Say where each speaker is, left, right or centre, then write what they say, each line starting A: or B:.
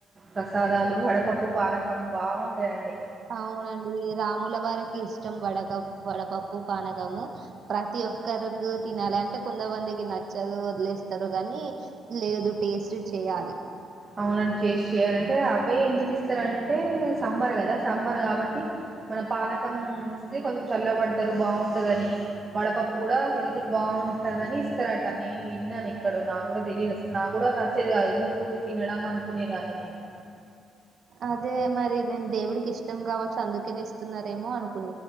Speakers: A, on the right; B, on the right.
A: ప్రసాదాలు వడపప్పు పానకం బ బావుంటాయండి
B: అవునండి రాముల వారికి ఇష్టం వడక వడపప్పు పప్పు పానకము ప్రతి ఒక్కరికి తినాలి అంటే కొంతమందికి నచ్చదు వదిలేస్తారు కాగానీ నీ లేదు టేస్ట్ చేయాలి
A: అవునండి చేసి చెయాలంటే అవే ఎందుకు ఇస్తారంటే సమ్మర్ కదా సమ్మర్ కాబట్టి మన పానకం ఇస్తే కొంచెం చల్ల పడతారు బాగుంటది అని వడపప్పు కూడా హెల్త్ కి బాగు బాగుంటందని ఇస్తారట నేను విన్నాను ఇక్కడ నాకు కూడా తెలియదు అసలు నాకు కూడా నచ్చేది కాదు ఎందుకు తినడం అనుకునేదాన్ని నేను
B: అదే మరి నేను దేవుడికి ఇష్టం గావచ్చు. అందుకేనే ఇస్తున్నారేమో అనుక్